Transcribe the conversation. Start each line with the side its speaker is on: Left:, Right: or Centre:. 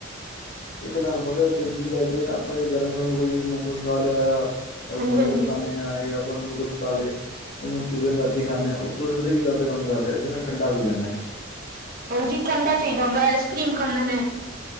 Left: ਇੱਕ ਤੁਹਾਨੂੰ ਪਤਾ ਦੂਜੀ ਗੱਲ ਤੇ ਨਾ ਆਪਾਂ ਜੇ ਗਰਮ ਕੋਈ ਮੋਮੋਸ ਖਾ ਲਿਆਇਆ ਆਪਾਂ
Right: ਹਾਂਜੀ
Left: ਬਰਗਰ
Right: ਹਾਂਜੀ
Left: ਖਾਂਨੇ ਹਾਂ ਜਾਂ ਆਪਾਂ ਨੂਡਲਸ ਖਾ ਲਏ ਮਨਚੂਰੀਅਨ ਰਾਤੀ ਖਾਂਨੇ ਆਂ, ਉੱਤੋਂ ਅਸੀਂ ਪਤਾ ਕੀ ਗਲਤ ਕੰਮ ਕਰਦੇ ਆ ਅਸੀਂ ਨਾ ਠੰਡਾ ਪੀ ਲੈਂਦੇ ਹਾਂ
Right: ਹਾਂਜੀ ਠੰਡਾ ਚਾਹੀਦਾ ਹੁੰਦਾ ਆਈਸਕ੍ਰੀਮ ਖਾਂਦੇ ਨੇ